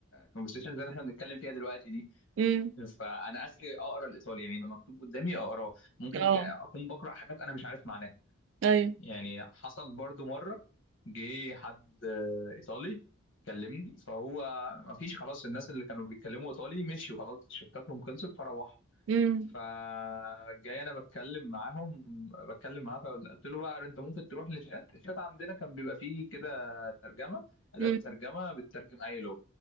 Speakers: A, on the left; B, on the right.
A: كونفرسيشن زي اللي احنا بنتكلم فيها دلوقتي دي
B: امم
A: فانا اخري اقرا الايطالي يعني يبقى مكتوب قدامي اقراه ممكن
B: اه
A: ك- اكون بقرا حاجات انا مش عارف معناها
B: ايوه
A: يعني حصل برضو مرة جه حد آه، إيطالي كلمني فهو ما فيش خلاص الناس اللي كانوا بيتكلموا إيطالي مشيوا خلاص شفتاتهم خلصت فروحوا
B: امم
A: فجاي أنا بتكلم معاهم بتكلم معاه فقلت له بقى أنت ممكن تروح للشات الشات عندنا كان بيبقى فيه كده ترجمة أداة
B: امم
A: ترجمة بتترجم أي لغة